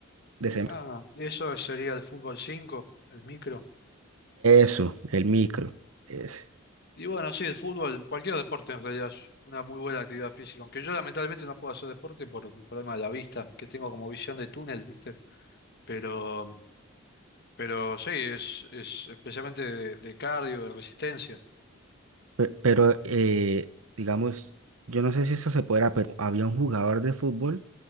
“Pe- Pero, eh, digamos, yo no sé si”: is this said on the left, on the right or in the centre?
Right